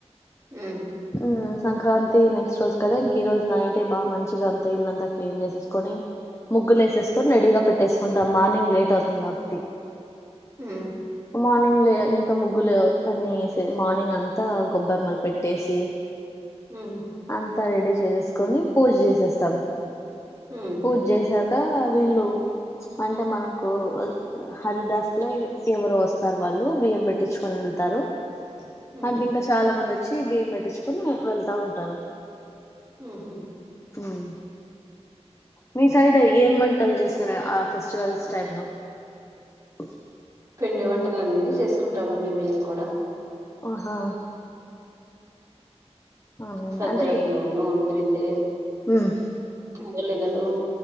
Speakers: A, on the right; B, on the left.
A: ఉమ్
B: హుమ్ సంక్రాంతి నెక్స్ట్ రోజు కదా ఇంక ఈ రోజు నైట్ ఎ బా మంచిగా అం ఇల్లంతా క్లీన్ చేసేసుకొని ముగ్గులు వేసేసుకొని రెడీగా పెట్టేసుకుంటాం మార్నింగ్ లేట్ అవుతుంది కాబట్టి
A: హ్మ్
B: మార్నింగ్ లే ఇంకా ముగ్గులు అన్ని ఎసి మార్నింగ్ అంతా గొబ్బెమ్మలు పెట్టేసి
A: హ్మ్
B: అంతా రెడీ చేసేసుకొని పూజ చేసేస్తాం
A: హ్మ్
B: పూజేసాక వీళ్లు అంటే మనకు ఉ హరిదాస్ లో ఎవరో వస్తారు వాళ్ళు బియ్యం పెట్టించు వెళ్తరు
A: హ్మ్
B: అంటే ఇంకా చాలా మంది అచ్చి బియ్యం పెట్టించుకోని వెళ్తా ఉంటరు
A: ఉహు
B: ఉమ్ మీ సైడ్ ఏం వంటలు చేస్తరు ఆ ఫెస్టివల్స్ టైమ్ లో గ
A: పిండి వంటలన్నీ చేసుకుంటామండి మేము కూడా
B: ఆహా అవునండి
A: సద్రోట్లోనూ
B: అంటే
A: ఉల్పిండి
B: ఉమ్
A: మొబైల్ లో ఇది ఉండవు